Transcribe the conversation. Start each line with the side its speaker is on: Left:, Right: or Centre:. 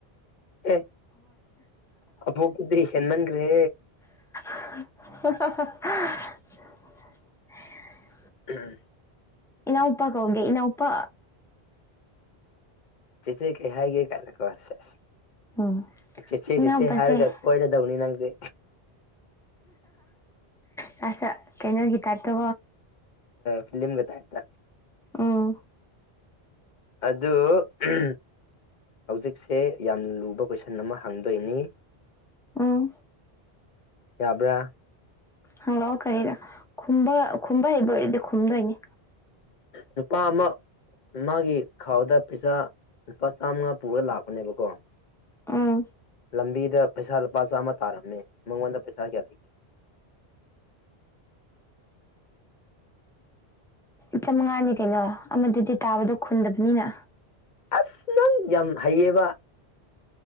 Left: ꯑꯦ ꯑꯗꯤꯟꯅꯒ꯭ꯔꯦ
Centre: <unintelligible>
Left: ꯎꯝ
Centre: ꯏꯅꯧꯄꯥ ꯀꯧꯦ ꯏꯅꯧꯄꯥ
Left: ꯆꯦꯆꯦ ꯀꯦ ꯍꯦꯒꯦ ꯀꯥꯏꯅ ꯀꯔꯁꯦꯁ
Centre: ꯎꯝ
Left: ꯆꯦꯆꯦ
Centre: ꯏꯅꯥꯎꯄꯥꯁꯦ
Left: ꯆꯦꯆꯦ ꯍꯔꯒ ꯀꯋꯥꯏꯗꯗꯧꯅꯤꯅꯥꯪꯁꯦ
Centre: ꯉꯁ ꯀꯩꯅꯣꯒꯤ ꯇꯠꯇꯣ
Left: ꯐꯤꯝ ꯥꯏ
Centre: ꯎꯝ
Left: ꯑꯗꯨꯗ ꯍꯧꯖꯤꯛꯁꯦ ꯌꯥꯝꯅ ꯂꯨꯕ ꯀꯣꯏꯁꯟ ꯑꯃ ꯍꯥꯡꯗꯣꯏꯅꯤ
Centre: ꯑꯥ
Left: ꯌꯥꯕ꯭ꯔꯥ
Centre: ꯍꯂꯛꯑꯣ ꯀꯔꯤꯅꯣ ꯈꯨꯝꯕ ꯈꯨꯝꯕ ꯍꯩꯕ ꯑꯣꯏꯔꯗꯤ ꯈꯨꯝꯗꯣꯏꯅꯦ
Left: ꯅꯨꯄꯥ ꯑꯃ ꯃꯥꯒꯤ ꯈꯥꯎꯗ ꯄꯩꯁꯥ ꯂꯨꯄꯥ ꯆꯥꯃꯉꯥ ꯄꯨꯔ ꯂꯥꯛꯄꯅꯦꯕꯀꯣ
Centre: ꯑꯥ
Left: ꯂꯝꯕꯤꯗ ꯄꯩꯁꯥ ꯂꯨꯄꯥ ꯆꯥꯝꯃ ꯇꯥꯔꯝꯃꯦ ꯃꯉꯣꯟꯗ ꯄꯩꯁꯥ ꯀꯌꯥ ꯂꯩꯒꯦ
Centre: <unintelligible> ꯆꯃꯉꯥꯅꯤ ꯀꯩꯅꯣ ꯑꯃꯗꯨꯗꯤ ꯇꯥꯕꯗꯣ ꯈꯨꯨꯟꯗꯕꯅꯤꯅ
Left: ꯑꯁ ꯅꯪ ꯌꯥꯝ ꯍꯩꯌꯦꯕ